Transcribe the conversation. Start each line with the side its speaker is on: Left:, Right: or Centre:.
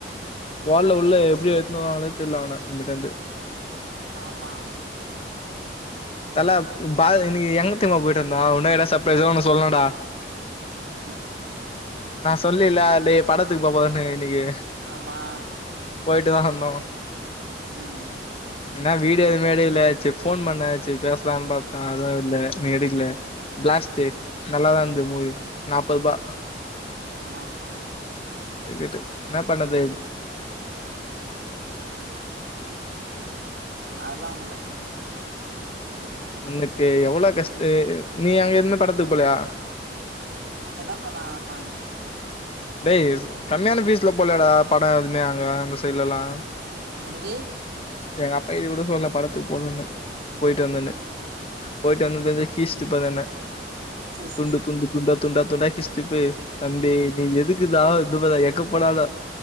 Left: கோல்ல உள்ள எப்டி எடுத்துகு வாங்கனே தெரியல அவன நமிட்டருந்து
Right: ஆமா
Left: தலப் பா இன்க்கி எங்கத்தயமா போயிட்டு வந்தோ உன்னு எடா சப்ரைஸா ஒன்னு சொல்லோடா
Right: ஆஹ
Left: நா சொல்லில டே படத்துக்கு போ போதுனு இன்னிக்கி
Right: ஆமா
Left: போயிட்டு தான வந்தோ
Right: ம் ம்
Left: என்னா வீடு எதுவுமே எடுக்கல ச்சிப்ஸ் போன் பண்ணாச்சு பேசலானு பாத்தா அதுவு இல்ல நீ எடுக்கல பிளாஸ்ட்டு நல்லாதா இருந்து மூவி நாப்பது பா
Right: ஆ
Left: கேட்டு என்னா பண்ணுது
Right: அதுலா ஒன்னுல்ல
Left: உங்ளுக்கு எவ்வளோ கஷ்டு நீங்க அங்க இருந்து படத்துக்கு போலயா
Right: என்ன பன்னா அ
Left: டேய் கம்மியான ஃபீஸ்ல போலயேடா படோ எதுவுமே அங்க அந்த சைட்ல எல்லா
Right: என்னடி
Left: எங்க அப்பா கீட கூட சொல்லல படத்துக்கு போதன்னு போய்ட்டு வந்தன்னு
Right: ம்
Left: போயிட்டு வந்தது தெஞ்சா கீச்ட்டுப்பாங்க என்ன
Right: சேர்
Left: துண்டு
Right: சேர்
Left: துண்டு துண்ட துண்டா துண்டா கிஷ்திப்பு தம்பி நீ எதுக்குதாவ இதுப்பதா எங்க போனாலு